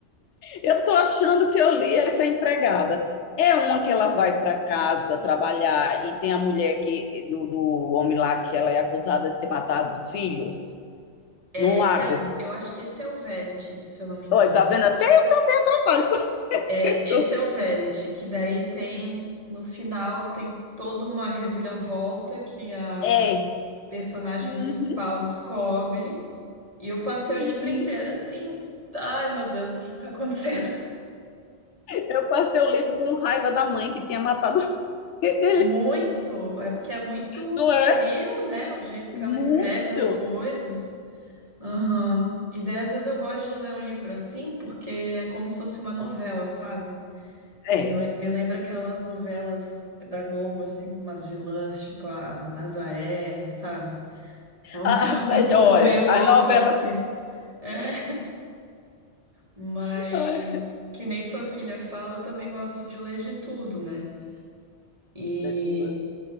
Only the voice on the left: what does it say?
Eu estou achando que eu li essa empregada. É uma que ela vai para casa trabalhar e tem a mulher que, do, do homem lá que ela é acusada de ter matado os filhos
no lago.
Oi, tá vendo? Até eu atrapalho. <laughs>
É.
Uhum,
uhum.
Eu passei o livro com raiva da mãe que tinha matado o filho.
<laughs>
Não
é?
Muito.
É.
As
melhores,
as novelas.
É
É tudo.